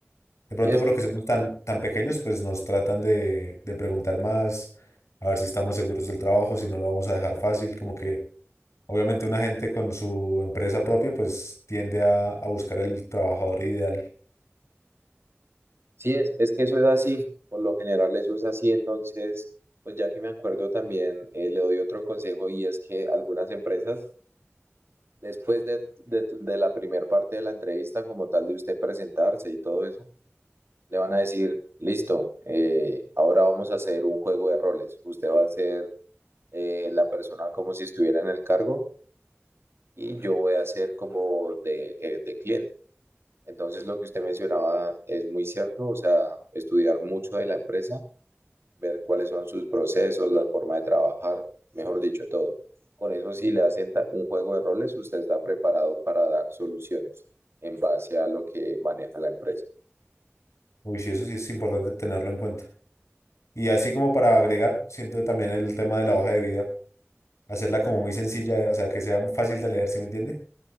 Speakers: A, on the left; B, on the right.
A: De pronto,
B: Sí, es
A: por lo que somos tan, tan pequeños, pues nos tratan de, de preguntar más, a ver si estamos seguros del trabajo, si no lo vamos a dejar fácil, como que obviamente una gente con su empresa propia, pues tiende a, a buscar el trabajador ideal.
B: Sí, es, es que eso es así, por lo general eso es así, entonces, pues ya que me acuerdo también, eh, le doy otro consejo y es que algunas empresas, después de, de, tu- de la primera parte de la entrevista, como tal de usted presentarse y todo eso, le van a decir, listo, eh, ahora vamos a hacer un juego de roles, usted va a ser eh, la persona como si estuviera en el cargo y yo voy a ser como de, eh, de cliente. Entonces, lo que usted mencionaba es muy cierto, o sea, estudiar mucho de la empresa ver cuáles son sus procesos, la forma de trabajar, mejor dicho, todo. Con eso, si le hacen ta- un juego de roles, usted está preparado para dar soluciones en base a lo que maneja la empresa.
A: Uy, sí, eso sí es importante tenerlo en cuenta. Y así como para agregar, siento también el tema de la hoja de vida, hacerla como muy sencilla, o sea, que sea fácil de leer, ¿sí me entiende?